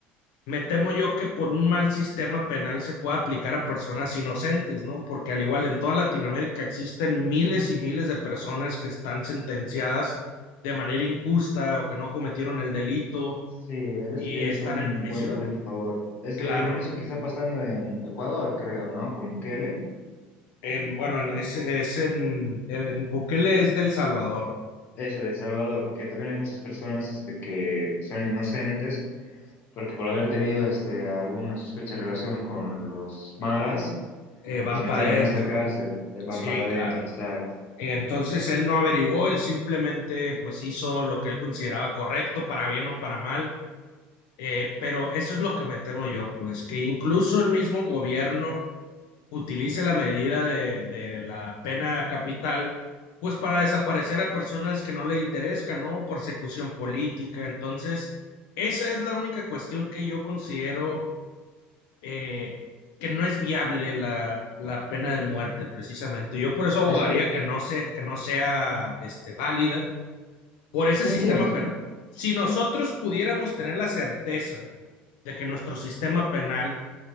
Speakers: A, on the left (about 80°); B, on the left (about 45°).
A: me temo yo que por un mal sistema penal se pueda aplicar a personas inocentes, ¿no? Porque al igual en toda Latinoamérica existen miles y miles de personas que están sentenciadas de manera injusta o que no cometieron el delito
B: Sí, en eso
A: y
B: tienes
A: están
B: un
A: en prisión.
B: buen punto a favor. Es
A: Claro,
B: eh, lo mismo que está pasando en Ecuador, creo, ¿no? Con Bukele.
A: en, bueno, en, es, es en, en Bukele es del Salvador,
B: Eso, de El Salvador, porque también hay muchas personas este, que son inocentes, porque por haber tenido este, alguna sospecha en relación con los maras,
A: eh, van
B: los metieron
A: para adentro,
B: a esta cárcel. Eh, van
A: sí,
B: para adentro,
A: claro.
B: exacto.
A: Entonces él no averiguó, él simplemente pues hizo lo que él consideraba correcto, para bien o para mal, eh, pero eso es lo que me temo yo, pues que incluso el mismo gobierno utilice la medida de, de la pena capital pues para desaparecer a personas que no le interesan, ¿no? Persecución política, entonces... Esa es la única cuestión que yo considero eh, que no es viable la, la pena de muerte, precisamente. Yo por eso abogaría
B: Es que
A: que no se, que no sea este, válida por ese
B: te
A: sistema
B: entiendo.
A: penal. Si nosotros pudiéramos tener la certeza de que nuestro sistema penal